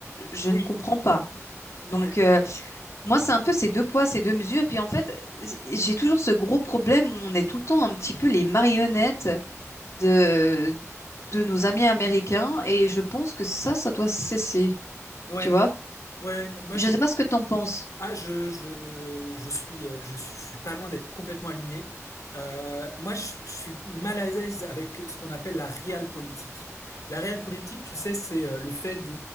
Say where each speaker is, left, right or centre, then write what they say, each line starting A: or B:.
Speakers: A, on the left; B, on the left.
A: Je
B: oui,
A: ne comprends pas. Donc,
B: Ouais.
A: euh, moi, c'est un peu ces deux poids, ces deux mesures. Puis, en fait, j'ai j'ai toujours ce gros problème où on est tout le temps un petit peu les marionnettes de, de nos amis américains, et je pense que ça, ça doit cesser,
B: ouais.
A: tu vois?
B: Ouais, moi
A: Je
B: je,
A: sais pas ce que t'en penses.
B: Ah, je, je, je suis, euh, je, suis je suis pas loin d'être complètement aligné. Euh, moi, je, je suis mal à l'aise avec ce qu'on appelle la realpolitik. La realpolitik, tu sais, c'est euh, le fait de